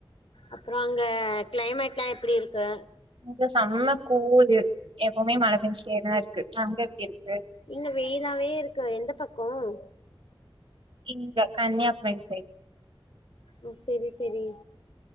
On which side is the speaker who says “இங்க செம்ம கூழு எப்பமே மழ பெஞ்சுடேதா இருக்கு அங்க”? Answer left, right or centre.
Right